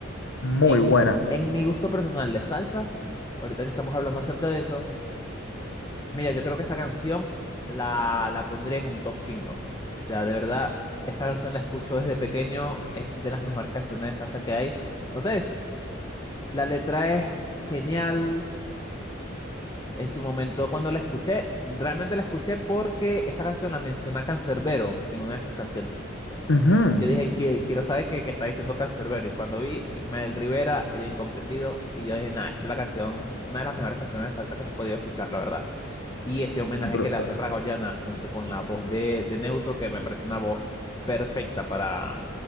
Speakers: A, on the left; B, on the left.
A: Muy
B: En,
A: buena.
B: en mi gusto personal de salsa, ahorita que estamos hablando acerca de eso, mira, yo creo que esa canción la, la pondría en un top cinco O sea, de verdad, esa canción la escucho desde pequeño, es de las mejores canciones de salsa que hay. No sé, es- la letra es genial. En su momento, cuando la escuché, realmente la escuché porque esa canción la menciona Cancerbero en una de sus canciones.
A: Ujú.
B: Yo dije, que quiero saber qué, qué está diciendo Cancerbero. Y cuando vi Ismael Rivera, El Incomprendido, y yo dije, nada, esta es la canción, una de las mejores canciones de salsa que he podido escuchar, la verdad. Y ese homenaje
A: Brutal.
B: que le hace Ragoyana junto con la voz de, de Neutro, que me parece una voz perfecta para,